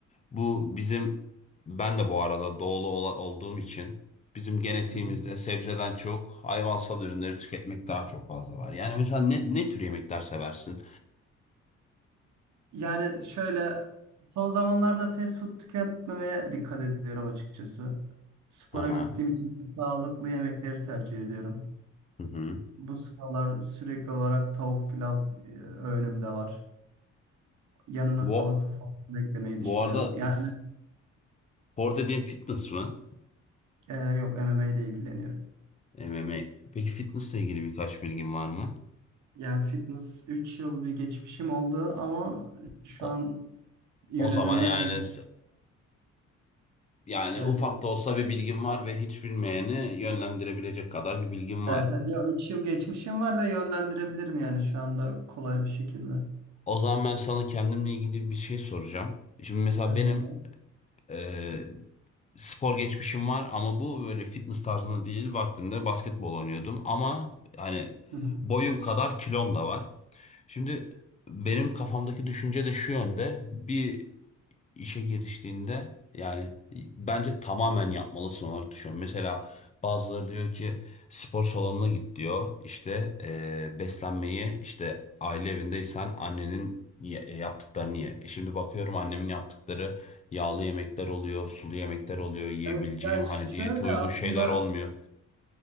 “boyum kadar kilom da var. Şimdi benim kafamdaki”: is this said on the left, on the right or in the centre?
Left